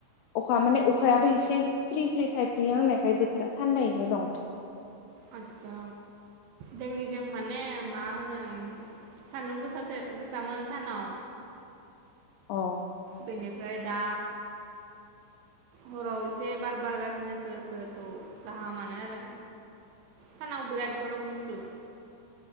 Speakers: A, on the left (about 85°); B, on the right (about 80°).
A: अखा माने अखायाबो एसे फ्रि फ्रि थाइ फ्रि हांनायखाय बोथोरा थान्दायैनो दं।
B: आदसा जोंनिजों माने मा होनो सान्दुं गोसा गोसामोन सानाव।
A: अ।
B: बेनिफ्राय दा हराव एसे बार बारगासिनो स्रो स्रो थ गाहामानो आरो सानाव बिराद गरम खिन्थु।